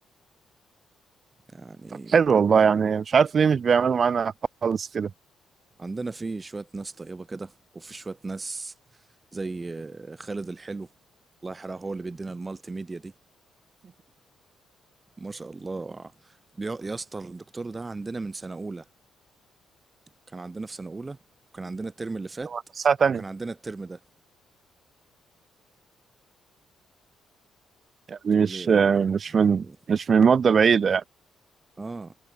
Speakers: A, on the right (about 25°); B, on the right (about 50°).
A: يعني
B: طب حلو والله يعني مش عارف ليه مش بيعملوا معانا خالص كده
A: عندنا في شويه ناس طيبه كده وفي شويه ناس زي آه، خالد الحلو الله يحرقه هو اللي بيدينا المالتي ميديا دي ما شاء الله بيا- يا اسطى الدكتور ده عندنا من سنة أولى كان عندنا في سنة أولى وكان عندنا الترم اللي فات
B: طب ساعة تانية
A: وكان عندنا الترم ده
B: يعني
A: تقول
B: مش
A: لي
B: مش
A: يعني
B: من مش من مدة بعيدة يعني
A: اه